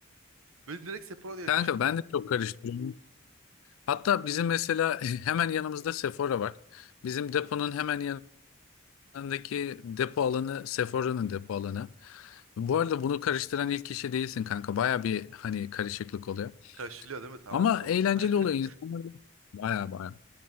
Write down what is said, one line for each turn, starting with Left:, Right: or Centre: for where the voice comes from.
Right: Böyle direkt Sephora diye
Left: Kanka
Right: düşündüm.
Left: ben de çok karıştırıyorum. Hatta bizim mesela <laughs> hemen yanımızda Sephora var. Bizim deponun hemen yanındaki depo alanı Sephora'nın depo alanı. Bu arada bunu karıştıran ilk kişi değilsin kanka. Baya bir hani karışıklık oluyor.
Right: Karşılıyor değil mi? Tamam
Left: Ama
Right: o zaman.
Left: eğlenceli
Right: <laughs>
Left: oluyor insanlar. Baya baya.